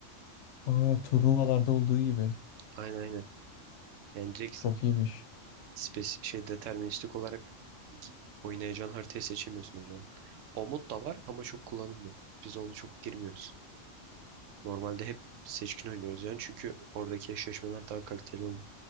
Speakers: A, on the left (about 70°); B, on the right (about 85°).
A: Aa, turnuvalarda olduğu gibi.
B: Aynen aynen. Yani direkt
A: Çok iyiymiş.
B: spes şey deterministik olarak gi- oynayacağın haritayı seçemiyorsun hocam. O mod da var ama çok kullanılmıyor. Biz onu çok girmiyoruz. Normalde hep seçkin oynuyoruz yani çünkü oradaki eşleşmeler daha kaliteli oluyor.